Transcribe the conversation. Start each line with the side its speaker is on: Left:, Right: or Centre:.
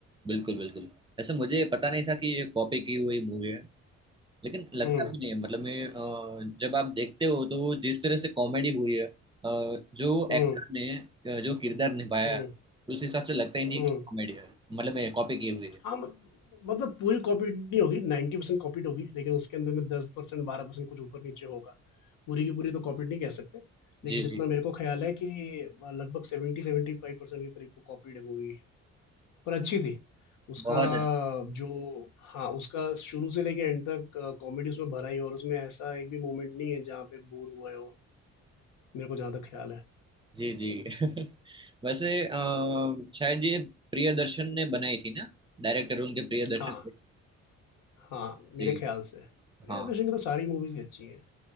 Right: बिल्कुल बिल्कुल वैसे मुझे पता नहीं था कि ये कॉपी की हुई मूवी है लेकिन लगता
Left: हुँ,
Right: भी नहीं है मतलब मैं अ, जब आप देखते हो तो जिस तरह से कॉमेडी हुई है अ, जो
Left: हुँ,
Right: एक्टर ने अ, जो किरदार निभाया
Left: हुँ,
Right: है, उस हिसाब से लगता ही नहीं
Left: हुँ।
Right: कि कॉमेडी है मतलब मैं कॉपी की हुई है
Left: हाँ, म मतलब पूरी कॉपीड नहीं होगी, 90% कॉपीड होगी, लेकिन उसके अंदर में 10% 12% कुछ ऊपर-नीचे होगा। पूरी की पूरी तो कॉपीड नहीं कह सकते, लेकिन
Right: जी
Left: जितना
Right: जी
Left: मेरे को ख़्याल है कि अ, लगभग 70-75% के करीब वो कॉपीड है मूवी, पर अच्छी थी। उसका
Right: बहुत अच्छी
Left: जो हाँ, उसका शुरू से लेके एंड तक कॉमेडी उसमें भरा ही है और उसमें ऐसा एक भी मोमेंट नहीं है जहाँ पे बोर हुए हो, मेरे को जहाँ तक ख़्याल है।
Right: जी जी <laughs> वैसे अ, शायद ये प्रियदर्शन ने बनाई थी ना डायरेक्टर उनके प्रियदर्शन
Left: हाँ,
Right: थे
Left: हाँ, मेरे
Right: जी
Left: ख़्याल से। प्रिया
Right: हाँ
Left: दर्शन की तो सारी मूवीज़ ही अच्छी हैं।